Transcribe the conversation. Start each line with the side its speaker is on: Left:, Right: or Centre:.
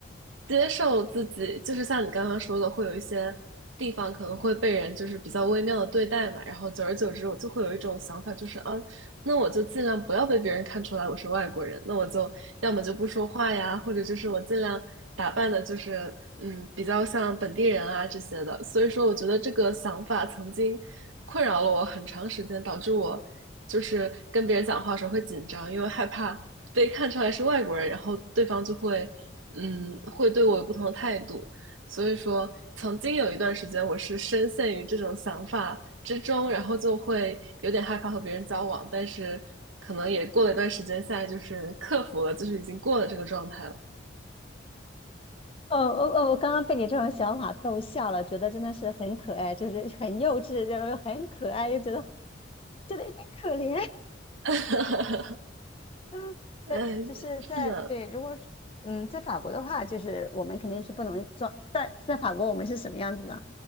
Right: 接受自己，就是像你刚刚说的，会有一些地方可能会被人就是比较微妙的对待嘛，然后久而久之，我就会有一种想法，就是啊，那我就尽量不要被别人看出来我是外国人，那我就要么就不说话呀，或者就是我尽量打扮的，就是嗯，比较像本地人啊这些的。所以说，我觉得这个想法曾经。困扰了我很长时间，导致我就是跟别人讲话的时候会紧张，因为害怕被看出来是外国人，然后对方就会嗯会对我有不同的态度。所以说，曾经有一段时间我是深陷于这种想法之中，然后就会有点害怕和别人交往，但是可能也过了一段时间，现在就是克服了，就是已经过了这个状态了。
Left: 哦哦哦！我刚刚被你这种想法逗笑了，觉得真的是很可爱，就是很幼稚，就是很可爱，就觉得觉得有点可怜。<laughs>
Right: <laughs>
Left: 嗯，
Right: 嗯，
Left: 对，就是在对，
Right: 是的，
Left: 如果是嗯，在法国的话，就是我们肯定是不能装。在在法国，我们是什么样子呢？